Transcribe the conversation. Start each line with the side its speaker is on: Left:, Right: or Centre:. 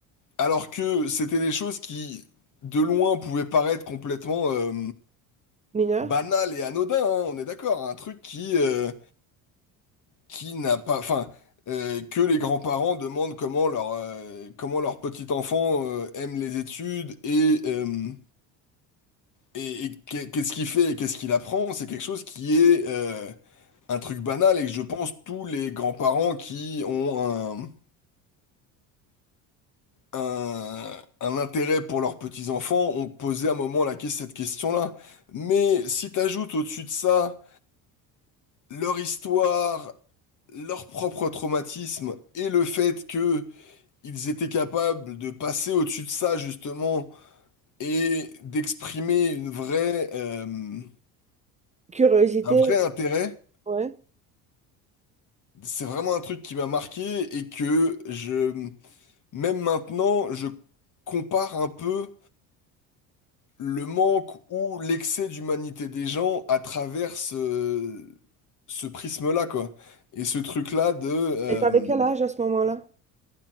Left: Alors que c'était des choses qui, de loin, pouvaient paraître complètement euh,
Right: Mineur.
Left: banales et anodines, hein, on est d'accord, un truc qui, euh, qui n'a pas, enfin, euh, que les grands-parents demandent comment leur, euh, comment leur petit enfant euh, aime les études et, euh, et, et qu'est- qu'est-ce qu'il fait et qu'est-ce qu'il apprend, c'est quelque chose qui est euh, un truc banal et que je pense tous les grands-parents qui ont un, un intérêt pour leurs petits-enfants ont posé à un moment la, que- cette question-là. Mais si t'ajoutes au-dessus de ça leur histoire, leur propre traumatisme et le fait que ils étaient capables de passer au-dessus de ça justement et d'exprimer une vraie, euh,
Right: Curiosité,
Left: un vrai intérêt,
Right: ouais.
Left: c'est vraiment un truc qui m'a marqué et que je, même maintenant, je compare un peu le manque ou l'excès d'humanité des gens à travers ce, ce prisme-là, quoi. Et ce truc-là de... euh,
Right: Et t'avais quel âge à ce moment-là?